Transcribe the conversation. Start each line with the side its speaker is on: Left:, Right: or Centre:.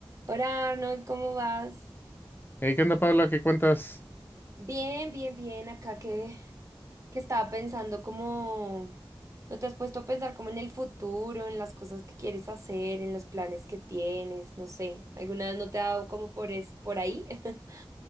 Right: Hola Arnold, ¿cómo vas?
Left: Hey, ¿qué onda, Paula? ¿Qué cuentas?
Right: Bien, bien, bien. Acá que, que estaba pensando como... ¿No te has puesto a pensar como en el futuro, en las cosas que quieres hacer, en los planes que tienes? No sé. ¿Alguna vez no te ha dado como por, es, por ahí? <laughs>